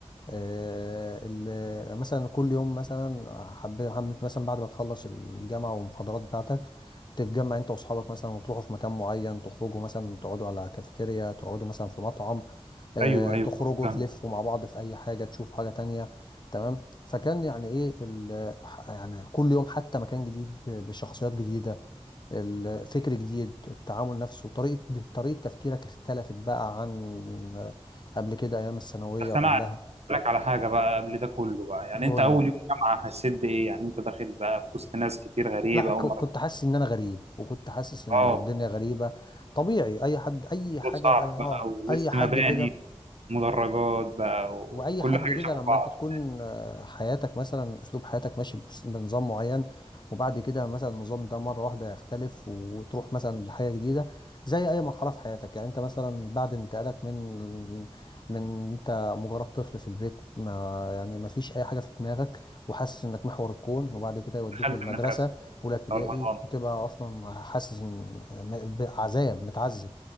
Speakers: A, on the left (about 40°); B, on the right (about 75°).
A: آه، ال- مثلا كل يوم مثلا حبيت حبيت مثلا بعد ما تخلص الجامعة والمحاضرات بتاعتك تتجمع انت واصحابك مثلا وتروحوا في مكان معين تخرجوا مثلا تقعدوا على كافيتيريا تقعدوا مثلا في مطعم آه،
B: ايوه ايوه
A: تخرجوا
B: فاهم
A: تلفوا مع بعض في اي حاجة تشوفوا حاجة تانية تمام فكان يعني ايه ال- ح- يعني كل يوم حتى مكان جديد ب- بشخصيات جديدة الفكر جديد التعامل نفسه طريقة طريقة تفكيرك اختلفت بقى عن آه، قبل كده ايام الثانوية
B: بس
A: وقبلها
B: انا عايز أقول لك على حاجه بقى قبل ده كله بقى يعني
A: قول
B: انت اول
A: لي
B: يوم جامعه حسيت بايه يعني انت داخل بقى في وسط ناس كتير غريبه
A: لا ك-
B: اول
A: كنت
B: مره
A: حاسس ان انا غريب وكنت حاسس ان
B: اه
A: الدنيا غريبه طبيعي اي حد اي
B: مشروع
A: حاجه
B: صعب
A: أي- اه
B: بقى ووسط
A: اي حد
B: مباني
A: كده
B: مدرجات بقى وكل
A: واي حد
B: حاجة
A: كده
B: شبه
A: لما
B: بعض
A: انت تكون آه، حياتك مثلا اسلوب حياتك ماشي بس- بنظام معين وبعد كده مثلا النظام ده مره واحده يختلف وتروح مثلا لحاجه جديده زي اي مرحله في حياتك يعني انت مثلا بعد انتقالك من من انت مجرد طفل في البيت ما يعني ما فيش اي حاجه في دماغك وحاسس انك محور الكون وبعد كده يودوك
B: دخلت
A: المدرسه
B: المدرسة
A: اولى ابتدائي
B: أو الحضانة
A: وتبقى اصلا حاسس ان م- بعذاب متعذب